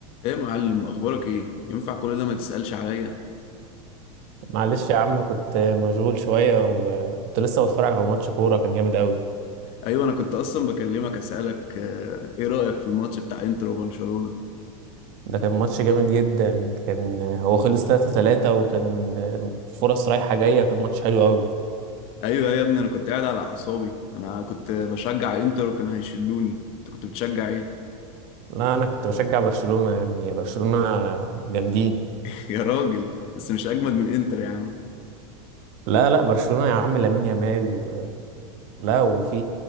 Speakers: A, on the left (about 35°); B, on the right (about 40°).
A: ايه يا معلم اخبارك ايه ينفع كل ده ما تسألش عليا
B: معلش يا عم كنت مشغول شوية وكنت لسه بتفرج على ماتش كورة كان جامد قوي
A: ايوه انا كنت اصلا بكلمك اسالك آه، ايه رأيك في الماتش بتاع انتر وبرشلونة
B: ده كان ماتش جامد جدا كان هو خلص 3-3 وكان فرص رايحة جاية كان ماتش حلو قوي
A: ايوه يا ابني انا كنت قاعد على اعصابي انا كنت بشجع انتر وكانوا هيشلوني انت كنت بتشجع ايه
B: لا أنا كنت بشجع برشلونة يا ابني برشلونة جامدين
A: <laughs> يا راجل بس مش اجمد من انتر يا عم
B: لا لا برشلونة يا عم لامين يامال و... لا وفي